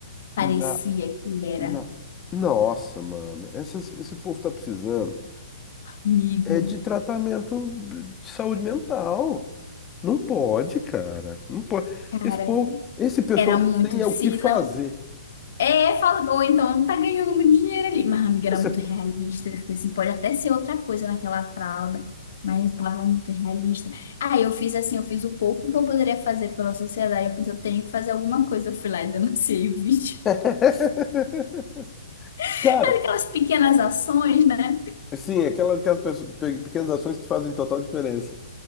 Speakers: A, on the left; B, on the left.
A: Parecia
B: na,
A: que era
B: na. Nossa, mano, essas- esse povo tá precisando.
A: amigo.
B: É de tratamento de saúde mental. Não pode, cara. Não pode.
A: Cara,
B: Esse povo, esse pessoal
A: era
B: não
A: muito,
B: tem é
A: se
B: o que fazer.
A: não, É, falou, então tá ganhando muito dinheiro ali. Mas a amiga era
B: Você-
A: muito realista. Eu fiquei assim, pode até ser outra coisa naquela fralda, mas tava muito realista. Aí eu fiz assim, eu fiz o pouco que eu poderia fazer pela sociedade. Eu pensei, eu tenho que fazer alguma coisa. Eu fui lá e denunciei o vídeo.
B: <laughs>
A: <laughs>
B: Cara,
A: Aquelas pequenas ações, né?
B: assim, aquela, aquelas pessoas- pe- pequenas ações que fazem total diferença.